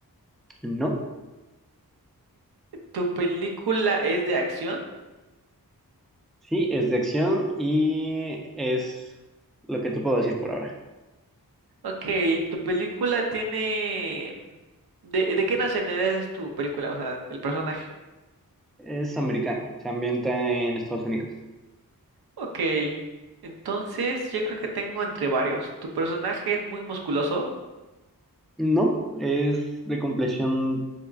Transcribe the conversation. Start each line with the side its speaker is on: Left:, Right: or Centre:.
Centre: ¿No?
Right: ¿Tu película es de acción?
Centre: Sí, es de acción y es lo que te puedo decir por ahora.
Right: Ok, ¿tu película tiene... ¿De, de qué nacionalidad es tu película? O sea, el personaje.
Centre: Es americano, se ambienta en Estados Unidos.
Right: Ok, entonces yo creo que tengo entre varios. ¿Tu personaje es muy musculoso?
Centre: No, es de complexión